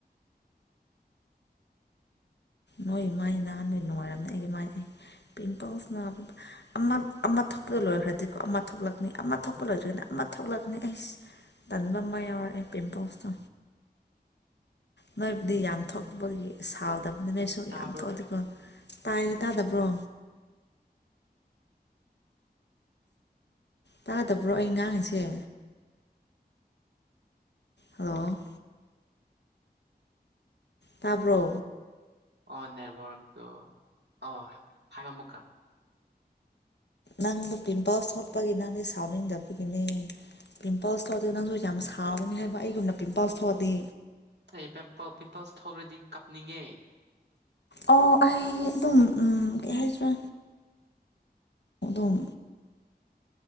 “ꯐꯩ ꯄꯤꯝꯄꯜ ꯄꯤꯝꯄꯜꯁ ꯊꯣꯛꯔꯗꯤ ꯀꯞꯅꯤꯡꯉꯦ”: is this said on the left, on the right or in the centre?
Right